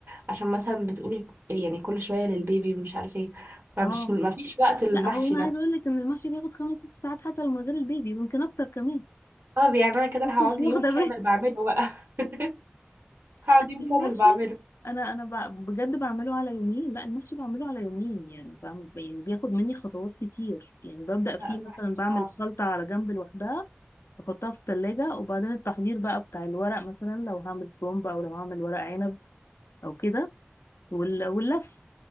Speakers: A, on the right; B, on the left.
A: عشان مثلا بتقولي يعني كل شويه للبيبي ومش عارفه ايه فمش
B: اه
A: ما فيش وقت المحشي
B: لا هو انا
A: نفسه
B: عايزه اقول لك ان المحشي بياخد خمس ست ساعات حتى لو من غير البيبي ويمكن اكتر كمان
A: طب يعني انا كده
B: بس
A: هقعد
B: مش واخده
A: لي يوم كامل بعمله بقى <laughs> هقعد يوم
B: المحشي
A: كامل بعمله
B: انا انا ب- بجد بعمله على يومين لا المحشي بعمله على يومين يعني بعمل يعني بياخد مني خطوات كتير يعني ببدأ فيه
A: لا المحشي
B: مثلا
A: صعب
B: بعمل خلطة على جنب لوحدها بحطها في التلاجة وبعدين التحضير بقى بتاع الورق مثلا لو هعمل كرومب او لو هعمل ورق عنب او كده وال- واللف